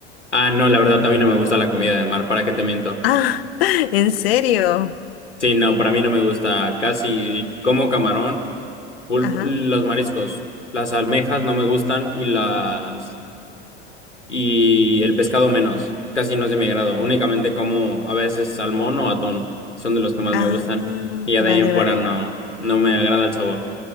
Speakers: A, on the left; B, on the left.
A: Ah, no, la verdad también no me gusta la comida de mar, ¿para qué te miento?
B: Ah, <laughs> ¿en serio?
A: Sí, no, para mí no me gusta casi, como camarón, pulpo,
B: Ajá.
A: los mariscos, las almejas no me gustan y las y el pescado menos, casi no es de mi agrado, únicamente como a veces salmón o atún, son de los que más
B: Ah,
A: me gustan y ya
B: vale,
A: de ahí en fuera
B: vale,
A: no,
B: vale.
A: no me agrada el sabor.